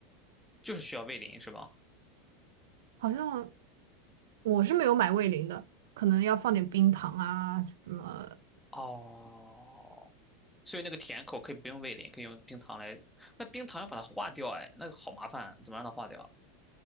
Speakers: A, in the centre; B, on the right (about 80°).
A: 就是需要味淋是吧？
B: 好像我是没有买味淋的，可能要放点冰糖啊什么。
A: 哦，所以那个甜口可以不用味淋，可以用冰糖来。那冰糖要把它化掉，哎，那个好麻烦，怎么让它化掉？